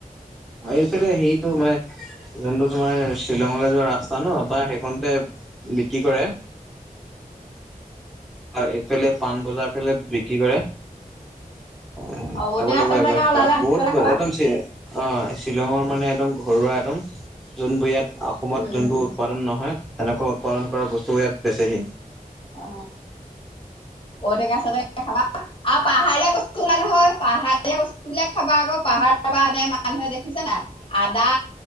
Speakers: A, in the centre; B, on the left (about 35°).
A: এইফেলে সেইটো মানে যোনটো তোমাৰ শ্বিলঙলৈ যোৱা ৰাস্তা ন তাৰ সেইখনতে বিক্ৰী কৰে। হয় এইফালে পাণ বজাৰ ফালে বিক্ৰী কৰে। <unintelligible>
B: অ ঔটেঙা চৌটেঙা ওলালে আনি
A: বহুত
B: পেলাই খাবা
A: একদম অ শ্বিলঙৰ মানে একদম ঘৰুৱা একদম, যোনবোৰ ইয়াত অসমত
B: উম
A: যোনবোৰ
B: উম উম
A: উৎপাদন নহয়, তেনেকুৱা উৎপাদন কৰা বস্তু ইয়াত বেছিহি।
B: অ ঔটেঙা-সৌটেঙা খাবা আৰু পাহাৰীয়া কচু ওলায় নহয়। পাহাৰীয়া বস্তু বিলাক খাবা আকৌ, পাহাৰৰ পৰা আনে মানুহে দেখিছে নাই? আদা